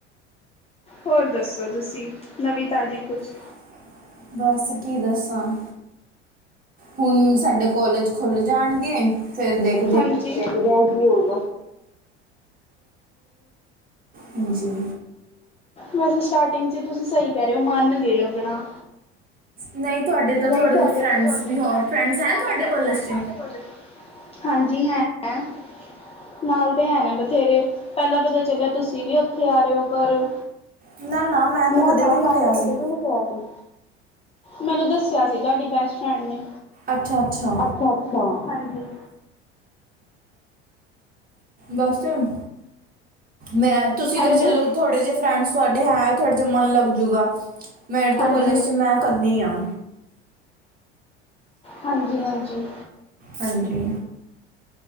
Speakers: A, on the left; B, on the right.
A: ਹੋਰ ਦਸੋ ਤੁਸੀ, ਨਵੀ ਤਾਜ਼ੀ ਕੁਛ
B: <inaudible> <inaudible> ਬਸ ਕੀ ਦਸਾਂ- ਹੁਣ ਸਾਡੇ ਕਾਲਜ ਖੁਲ੍ਹ ਜਾਣਗੇ, ਫਿਰ ਦੇਖ
A: ਹਾਂਜੀ, ਓਕੇ-
B: ਹਾਂਜੀ-
A: ਵੈਸੇ ਸਟਾਰਟਿੰਗ 'ਚ ਤੁਸੀ ਸਹੀ ਕਹਿ ਰਹੇ ਹੋ ਮਨ ਨਹੀ ਲਗਣਾ
B: ਨਹੀਂ ਤੁਹਾਡੇ ਤਾਂ
A: ਨਹੀਂ
B: ਥੋੜੇ
A: ਤੁਹਾਡੇ
B: ਜਿਹੇ ਫਰੈਂਡਸ
A: ਤੋ ਥੋੜੀ
B: ਵੀ ਹੋ
A: ਲੈਣੇ,
B: ਫਰੈਂਡਸ
A: <unintelligible>
B: ਹਨ ਤੁਹਾਡੇ
A: ਹੈ
B: ਕਾਲਜ
A: ਥੁਹਾਡੇ
B: 'ਚ
A: ਕੋਲੇ। ਹਾਂਜੀ, ਹੈਂਗਾ। ਨਾਲਦੇ ਨੇ ਹੈਨੇ ਬਥੇਰੇ। ਪਹਿਲਾਂ ਪਤਾ ਚਲਿਆ ਤੁਸੀ ਵੀ ਉਥੇ ਆ ਰਹੇ ਹੋ, ਪਰ
B: ਨਾ ਨਾ ਮੈਂ ਤਾਂ
A: ਨਾ-ਨਾ,
B: ਕਦੇ ਵੀ ਨਹੀਂ
A: ਨਾ,
B: ਗਿਆ
A: ਆ ਤਾਂ
B: ਸੀ
A: ਕਦੇ ਵੀ ਨੀ। ਤੋਂ ਆਇਆ ਸੀ? ਮੈਨੂੰ ਦੱਸਿਆ ਸੀ, ਤੁਹਾਡੀ ਬੈਸਟ ਫਰੈਂਡ ਨੇ।
B: ਅੱਛਾ ਅੱਛਾ
A: ਅੱਛਾ-ਅੱਛਾ! ਹਾਂਜੀ।
B: ਬਸ ਤੇ ਹੁਣ, ਮੈਂ ਤੁਸੀਂ
A: ਹਾਂਜੀ,
B: ਤਾਂ ਚੱਲੋ ਥੋੜੇ ਜਿਹੇ ਫਰੈਂਡਸ ਸਾਡੇ ਹੈ, ਥੋੜ੍ਹੇ ਜਾ ਮਨ ਲਗਜੂਗਾ, ਮੇਰੇ ਤੋਂ
A: ਹਾਂਜੀ,
B: ਕੋਲਜ'ਚ ਮੈਂ ਕੱਲੀ ਆਂ।
A: ਹਾਂਜੀ-ਹਾਂਜੀ।
B: ਹਾਂਜੀ।